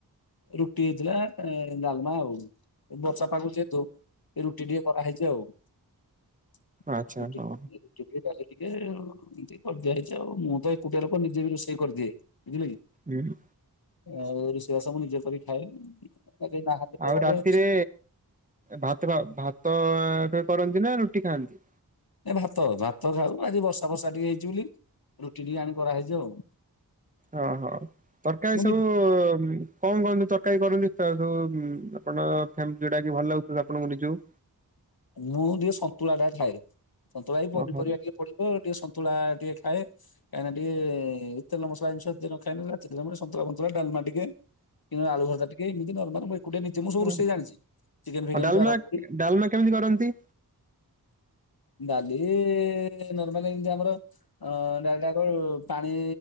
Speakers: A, on the left; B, on the right.
A: ରୁଟି ହେଇଥିଲା ଡାଲମା ଆଉ। ବର୍ଷା ପାଗକୁ ଯେହେତୁ ଏ ରୁଟି ଟିକେ କରାହେଇଛି ଆଉ। <unintelligible>
B: ଆଚ୍ଛା
A: <unintelligible>
B: ହଁ
A: ଏମତି କରିଦିଆଯାଇଛି ଆଉ ମୁଁ ତ ଏକୁଟିଆ ଲୋକ ନିଜେ ବି ରୋଷେଇ କରିଦିଏ ବୁଝିଲେ କି?
B: ହୁଁ
A: ଆଉ ରୋଷେଇ ବାସ ମୁଁ ନିଜେ କରି ଖାଏ କେଇ ନାହାନ୍ତି ତ
B: ଆଉ
A: ଘରେ।
B: ରାତିରେ ଭାତ ଭାତ କରନ୍ତି ନା ରୁଟି ଖାଆନ୍ତି
A: ଏ ଭାତ ଭାତ ଖାଉ ଆଜି ବର୍ଷା ବର୍ଷା ଟିକେ ହେଇଛି ବୋଲି ରୁଟି ଟିକେ ଆଣି କରା ହେଇଚି ଆଉ।
B: ହଁ ହଁ ତରକାରୀ
A: ମୁଁ
B: ସବୁ କଣ କହନି ତରକାରୀ କରୁନି ସବୁ ଆପଣ ଫ୍ୟାମିଲି ଯୋଉଟା କି ଭଲ ଲାଗୁ ଥିଲା ଆପଣଙ୍କୁ ନିଜକୁ
A: ମୁଁ ଟିକେ ସନ୍ତୁଳା ଟା ଖାଏ ସନ୍ତୁଳା ବି ପନିପରିବା
B: ଓହୋ।
A: ଟିକେ ପଡିବେ ଟିକେ ସନ୍ତୁଳା ଟିକେ ଖାଏ। କାହିଁକିନା ଟିକେ ତେଲମସଲା ଜିନିଷି ଏତେ ନ ଖାଏ ସନ୍ତୁଳା ମନ୍ତୁଳା ଡାଲମା ଟିକେ କିନ୍ତୁ ଆଳୁଭର୍ତ୍ତା ଟିକେ ଏମିତି ନର୍ମାଲ ମୁଁ ଏକୁଟିଆ ନିଜେ ସବୁ
B: ହଁ
A: ରୋଷେଇ ଜଣିଛି ଚିକେନ ଫିକେନଠୁ
B: ଡାଲମା
A: ଆରମ୍ଭ କରି
B: ଡାଲମା କେମିତି କରନ୍ତି?
A: ଡାଲି ନର୍ମାଲ ଏମିତି ଆମର ଅ ଡାଲଟାକୁ କଣ ପାଣି